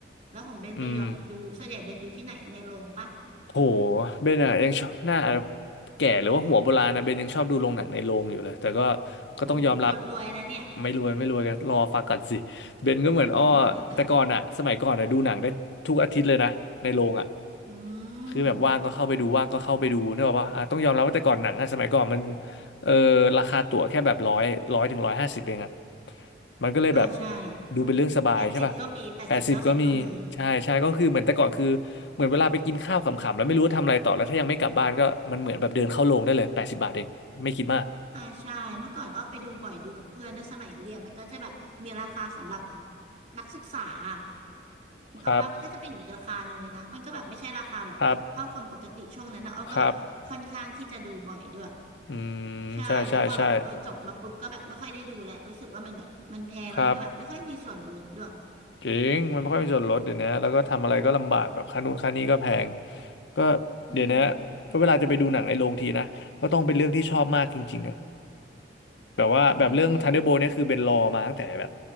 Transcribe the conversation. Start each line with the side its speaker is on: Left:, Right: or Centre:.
Right: แล้วของเบนมีแบบดูส่วนใหญ่เบนดูที่ไหนในโรงปะ
Left: อืม โหเบนอะยังชอบหน้าแก่หรือว่าหัวโบราณนะเบนยังชอบดูโรงหนังในโรงอยู่เลยแต่ก็ก็ต้องยอมรับ
Right: โอ้คนรวยนะเนี่ย
Left: ไม่รวยไม่รวยก็รอฟังก่อนสิเบนก็เหมือนอ้อ
Right: <laughs> อ่ะ
Left: แต่ก่อนอะสมัยก่อนอะดูหนังได้ทุกอาทิตย์เลยนะในโรงอะ
Right: อื
Left: คือแบบว่างก็เข้าไปดูว่างก็เข้าไปดูเนกอะป่ะอ่ะต้องยอมรับว่าแต่ก่อนหนังอะสมัยก่อนมัน
Right: ม
Left: เออราคาตั๋วแค่แบบร้อยร้อยถึงร้อยห้าสิบเองอะมันก็เลยแบบ
Right: อ่าใช่
Left: ดูเป็นเรื่องสบายใช่ป่ะ
Right: แปดสิบก็มีแปดสิบเก้าสิบก็มี
Left: แปดสิบก็มีใช่ใช่ก็คือเหมือนแต่ก่อนคือเหมือนเวลาไปกินข้าวขำๆแล้วไม่รู้ว่าทำอะไรต่อแล้วถ้ายังไม่กลับบ้านก็มันเหมือนแบบเดินเข้าโรงได้เลยแปดสิบบาทเองไม่คิดมาก
Right: อ่าใช่เมื่อก่อนอ้อไปดูบ่อยดูกับเพื่อนด้วยสมัยเรียนมันก็จะแบบมีราคาสำหรับนักศึกษาอะนึกออกปะมันก็จะเป็นอีกราคาหนึ่งเลยนะมันก็แบบไม่ใช่ราคาแบบเท่าคนปกติช่วงนั้นนะอ้อก็แบบค่อนข้างที่จะดูบ่อยด้วย
Left: ครับครับครับอืมใช่ใช่ใช่
Right: ใช่แล้วพอแบบเออจบมาปุ๊บก็แบบไม่ค่อยได้ดูแหละรู้สึกว่ามันแบบมันแพงแล้วมันก็แบบไม่ค่อยมีส่วนลดด้วย
Left: ครับจริงมันไม่ค่อยมีส่วนลดเดี๋ยวนี้แล้วก็ทำอะไรก็ลำบากแบบค่านู่นค่านี้ก็แพงก็
Right: อืม
Left: เดี๋ยวนี้ก็เวลาจะไปดูหนังในโรงทีนะก็ต้องเป็นเรื่องที่ชอบมากจริงๆอะ แบบว่าแบบเรื่องทันเดอร์โบเนี่ยคือเป็นรอมาตั้งแต่แบบ
Right: อืม